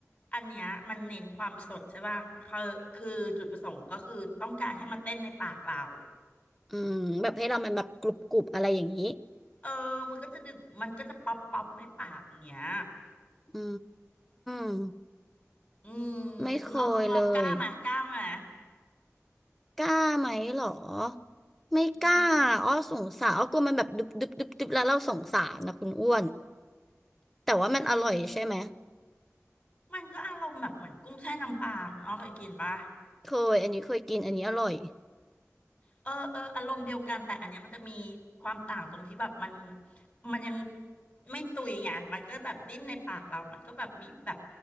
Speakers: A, on the left (about 35°); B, in the centre.
A: อันเนี้ยมันเน้นความสดใช่ป่ะคือคือจุดประสงค์ก็คือต้องการให้มาเต้นในปากเรา
B: อืมแบบให้เรามันแบบกรุบๆอะไรอย่างนี้
A: เออมันก็จะดึกมันก็จะป๊อปป๊อปในปากอย่างเงี้ย
B: อืม
A: อืม
B: ไม่เคยเลย
A: คุณออมต้องลองกล้ามากล้ามา
B: กล้าไหมเหรอไม่กล้าอ้อสงสารอ้อกลัวมันแบบดึบดึบดุบดบแล้วเราสงสารนะคุณอ้วน
A: อืม
B: แต่ว่ามันอร่อยใช่ไหม
A: อืมมันก็อารมณ์แบบเหมือนกุ้งแช่น้ำปลาคุณอ้อเคยกินปะ
B: เคยอันนี้เคยกินอันนี้อร่อย
A: เออเอออารมณ์เดียวกันแต่อันเนี้ยมันจะมีความต่างตรงที่แบบมันมันยังไม่ตุยไงมันก็แบบดิ้นในปากเรามันก็แบบมีแบบ